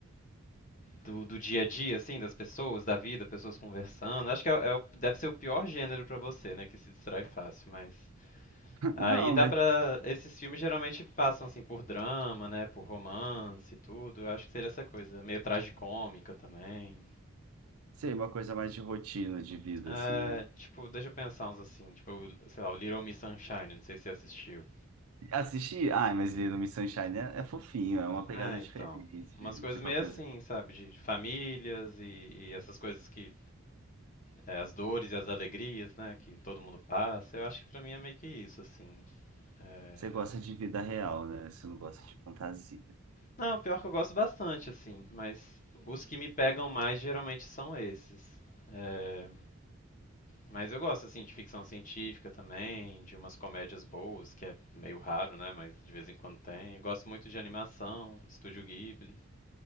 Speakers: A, on the left; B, on the right.
A: do, do dia a dia, assim, das pessoas, da vida, pessoas conversando. Acho que é, é o- deve ser o pior gênero pra você, né, que se distrai fácil, mas.
B: <laughs>
A: Aí
B: Não,
A: dá
B: mas
A: pra. Esses filmes geralmente passam, assim, por drama, né, por romance e tudo. Eu acho que seria essa coisa, meio tragicômica também.
B: sei, uma coisa mais de rotina de vida
A: É,
B: assim, né?
A: tipo, deixa eu pensar uns assim, tipo, sei lá, o Little Miss Sunshine, não sei se você assistiu.
B: assisti, Ai, mas Little Miss Sunshine é, é fofinho, é uma pegada
A: É,
B: diferente.
A: então. Umas coisas
B: Tipo,
A: meio
B: apesar.
A: assim, sabe? De famílias e, e essas coisas que. é, as dores e as alegrias, né? Que todo mundo passa. Eu acho que pra mim é meio que isso, assim. É...
B: Você gosta de vida real, né? Você não gosta de fantasia.
A: Não, pior que eu gosto bastante, assim. Mas os que me pegam mais geralmente são esses. É... Mas eu gosto, assim, de ficção científica também, de umas comédias boas, que é meio raro, né? Mas de vez em quando tem. Gosto muito de animação, Estúdio Ghibli.